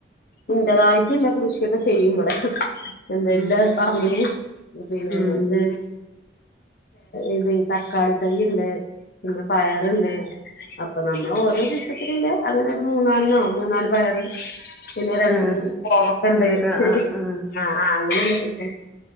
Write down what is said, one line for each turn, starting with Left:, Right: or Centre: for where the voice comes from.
Left: ഇൻ്റതായിട്ടുംല്ല കൃഷിയൊക്കെ ചെയ്യുംപടെ എന്താല്ല
Centre: ഉം
Left: പറമ്പില് പിന്നെ
Centre: ഉം
Left: ഇത് ഇത് തക്കാളി തൈ ഉണ്ട് പിന്നെ പയറുണ്ട് അപ്പൊ നമ്മള് ഓരോ ദിവസത്തില്ലേ അങ്ങനെ ഒരു മൂന്നാാലന്നോ മൂന്നാല് പയറ് പിന്നെ രണ്ട്
Centre: ആഹ്
Left: കൊറക്കുണ്ട്
Centre: അങ്ങനൊക്കെ
Left: ആ
Centre: ആഹ് ആഹ്
Left: ആഹ അങ്ങനെയല്ല കിട്ടി